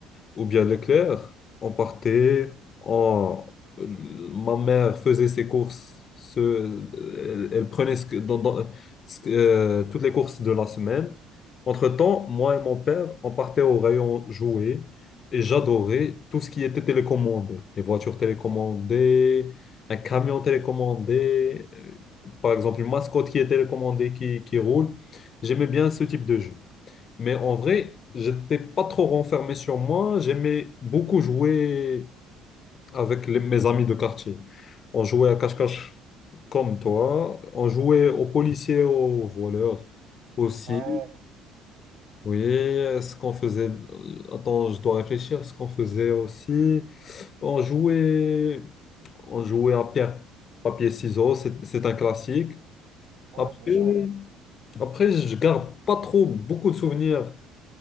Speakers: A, on the left; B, on the right.
A: ou bien Leclerc, on partait, on- ma mère faisait ses courses, ce- elle, elle prenait ce que- dans- dans- ce que- euh, toutes les courses de la semaine. Entre-temps, moi et mon père, on partait au rayon jouets et j'adorais tout ce qui était télécommandé, les voitures télécommandées, un camion télécommandé, euh, par exemple une mascotte qui est télécommandée, qui, qui roule. J'aimais bien ce type de jeu. Mais en vrai, j'étais pas trop renfermé sur moi. J'aimais beaucoup jouer avec les- mes amis de quartier. On jouait à cache-cache comme toi. On jouait aux policiers, aux voleurs aussi.
B: Ouais,
A: Oui, ce qu'on faisait. euh, Attends, je dois réfléchir. Ce qu'on faisait aussi. On jouait, on jouait à pierre, papier, ciseaux. C'est c'est un classique.
B: ouais,
A: Après,
B: bien sûr.
A: après, je garde pas trop beaucoup de souvenirs.